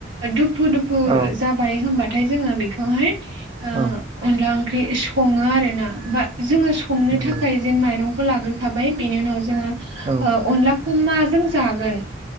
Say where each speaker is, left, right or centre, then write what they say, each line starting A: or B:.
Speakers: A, on the right (about 80°); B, on the right (about 25°).
A: दुफु दुफु
B: औ
A: जाबाय होनबा थाय जोङो बेखौहाय ओ
B: औ
A: अनला ओंख्रि सङो आरो ना बा जोङो संनो
B: नंगौ
A: थाखाय जे माइरंखौ लाग्रोखाबाय बेनि उनाव जोङो ओ
B: औ
A: अनला खो माजों जागोन